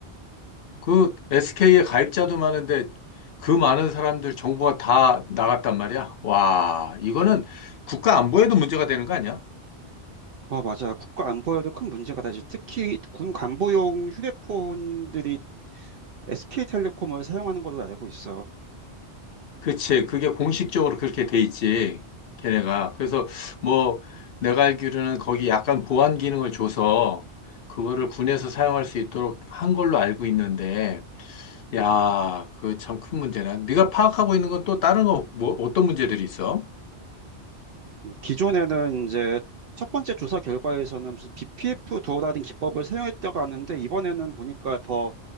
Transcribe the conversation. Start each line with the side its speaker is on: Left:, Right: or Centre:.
Left: 그 SK에 가입자도 많은데 그 많은 사람들 정보가 다 나갔단 말이야. 와, 이거는 국가 안보에도 문제가 되는 거 아니야?
Right: 어, 맞아. 국가 안보에도 큰 문제가 되지. 특히 군 간부용 휴대폰들이 SK텔레콤을 사용하는 걸로 알고 있어.
Left: 그치. 그게 공식적으로 그렇게 돼 있지. 걔네가. 그래서 뭐 내가 알기로는 거기 약간 보안 기능을 줘서 그거를 군에서 사용할 수 있도록 한 걸로 알고 있는데, 야, 그 참 큰 문제네. 네가 파악하고 있는 건 또 다른 거, 뭐, 어떤 문제들이 있어?
Right: 기존에는 이제 첫 번째 조사 결과에서는 무슨 BPF 도어라는 기법을 사용했다고 하는데 이번에는 보니까 더